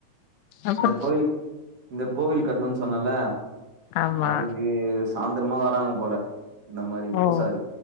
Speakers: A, on the left (about 80°); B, on the right (about 45°).
A: அப்றோ
B: அந்த கோயில் இந்த கோவில் கட்ணுனு சொன்னல
A: ஆமா
B: அதுக்கு சாந்தரமா வராங்க போல இந்த மாரி பூசாரி
A: ஓ